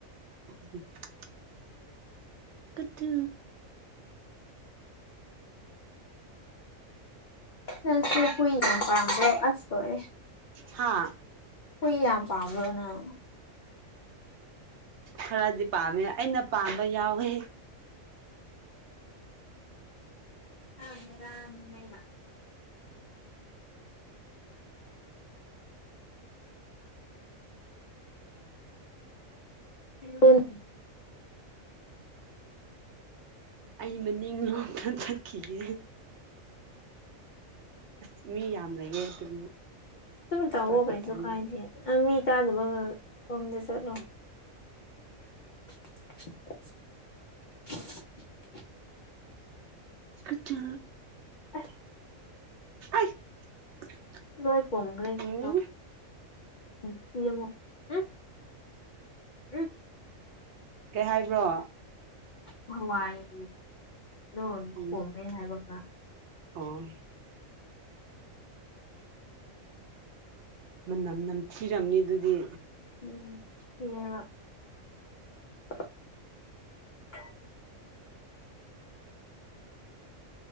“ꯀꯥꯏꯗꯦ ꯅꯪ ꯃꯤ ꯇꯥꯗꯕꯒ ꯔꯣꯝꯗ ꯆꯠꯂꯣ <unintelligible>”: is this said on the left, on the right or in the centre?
Left